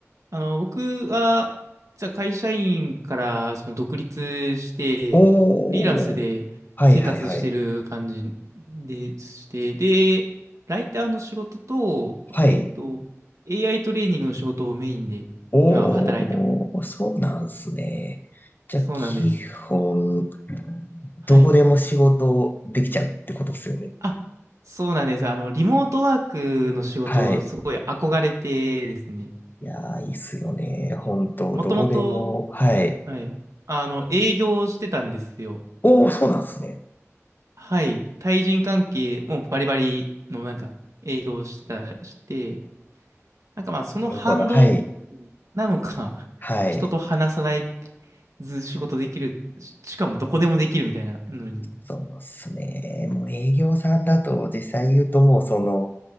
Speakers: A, on the right; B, on the left.
A: あの、僕は、実は会社員からその独立して、
B: おー。
A: フリーランスで生活してる感じでして、
B: はいはいはい。
A: で、ライターの仕事と、
B: はい。
A: えっと、AI トレーニングの仕事をメインで今は働いてます。
B: おー、そうなんすね。じゃあ、
A: そうなんです。
B: 基本、
A: はい。
B: どこでも仕事できちゃうってことっすよね。
A: あ、そうなんです。あの、リモートワークの仕事、
B: はい。
A: すごい憧れてですね。
B: いやー、いいっすよね。本当どこでも。
A: もともと、
B: はい。
A: はい。あの、営業してたんですよ。
B: おー、そうなんすね。
A: はい。対人関係もバリバリのなんか営業してた、して、なんかまあその反動
B: なるほど。はい。
A: なのか、
B: はい。
A: <laughs> 人と話さないず仕事できる、ししかもどこでもできるみたいなのに。
B: そうっすね。もう営業さんだと、実際言うともうその、